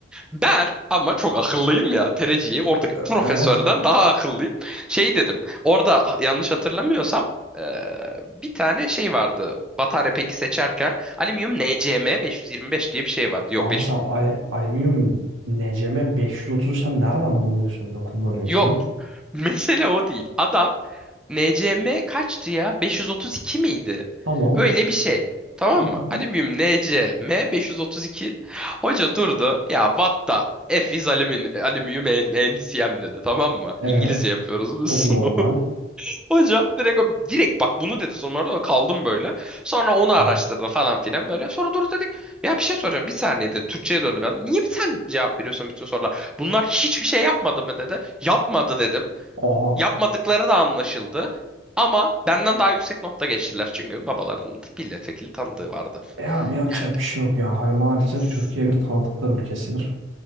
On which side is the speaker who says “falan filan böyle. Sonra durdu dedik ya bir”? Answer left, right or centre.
Centre